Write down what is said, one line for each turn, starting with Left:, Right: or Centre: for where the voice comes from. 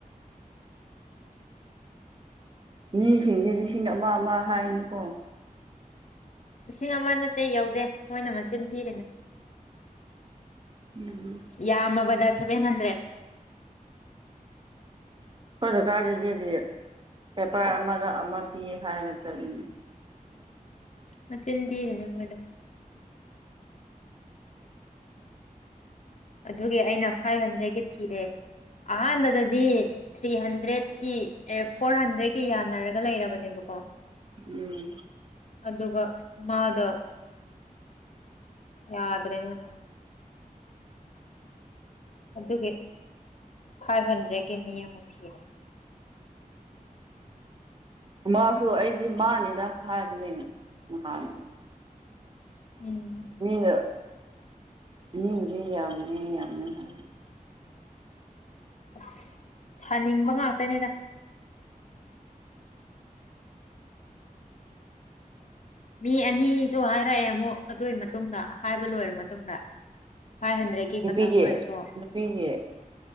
Right: ꯃꯤꯁꯤꯡꯗꯤ ꯂꯤꯁꯤꯡ ꯑꯃ ꯑꯃ ꯍꯥꯏꯅꯤꯀꯣ
Left: ꯂꯤꯁꯤꯡ ꯑꯃ ꯅꯠꯇꯦ ꯌꯧꯗꯦ ꯃꯣꯏꯅ ꯃꯆꯤꯟ ꯊꯤꯔꯤꯅꯤ
Right: ꯎꯝ
Left: ꯌꯥꯝꯃꯕꯗ ꯁꯦꯚꯦꯟ ꯍꯟꯗ꯭ꯔꯦꯠ
Right: ꯑꯩꯈꯣꯏ ꯂꯩꯀꯥꯏꯔꯗꯗꯤ ꯄꯦꯄꯔ ꯑꯃꯗ ꯑꯃ ꯄꯤ ꯍꯥꯏꯔꯒ ꯆꯠꯂꯤꯅꯤ
Left: ꯃꯆꯤꯟ ꯊꯤꯔꯤꯅꯤ ꯃꯣꯏꯗꯣ ꯑꯗꯨꯒꯤ ꯑꯩꯅ ꯐꯥꯏꯚ ꯍꯟꯗ꯭ꯔꯦꯗꯀꯤ ꯊꯤꯔꯦ ꯑꯍꯥꯟꯕꯗꯗꯤ ꯊ꯭ꯔꯤ ꯍꯟꯗ꯭ꯔꯦꯠꯀꯤ ꯑꯦ ꯐꯣꯔ ꯍꯟꯗ꯭ꯔꯦꯗꯀꯤ ꯌꯥꯅꯔꯒ ꯂꯩꯔꯕꯅꯦꯕꯀꯣ
Right: ꯎꯝ
Left: ꯑꯗꯨꯒ ꯃꯥꯗꯣ ꯌꯥꯗ꯭ꯔꯦꯅ ꯑꯗꯨꯒꯤ ꯐꯥꯏꯚ ꯍꯟꯗ꯭ꯔꯦꯠꯀꯤ ꯃꯤ ꯑꯃꯨꯛ ꯊꯤꯔꯦ
Right: ꯃꯥꯁꯨ ꯑꯩꯗꯤ ꯃꯥꯅꯤꯗ ꯍꯥꯏꯕꯅꯦ ꯅꯍꯥꯟ
Left: ꯎꯝ
Right: ꯃꯤꯅ ꯃꯤꯗꯤ ꯌꯥꯝꯃꯦ ꯌꯥꯝꯃꯦ ꯍꯥꯏ
Left: ꯑꯁ ꯊꯥꯅꯤꯡꯕ ꯉꯥꯛꯇꯅꯦꯗ ꯃꯤ ꯑꯅꯤꯁꯨ ꯍꯥꯏꯔꯛꯑꯦ ꯑꯃꯨꯛ ꯑꯗꯨꯏ ꯃꯇꯨꯡꯗ ꯍꯥꯏꯕ ꯂꯣꯏꯔ ꯃꯇꯨꯡꯗ ꯐꯥꯏꯚ ꯍꯟꯗ꯭ꯔꯦꯠ ꯀꯦ
Right: ꯅꯨꯄꯤꯒꯤ
Left: ꯈꯛꯇꯪ ꯑꯣꯏꯔꯁꯨ ꯑꯥ
Right: ꯅꯨꯄꯤꯒꯤ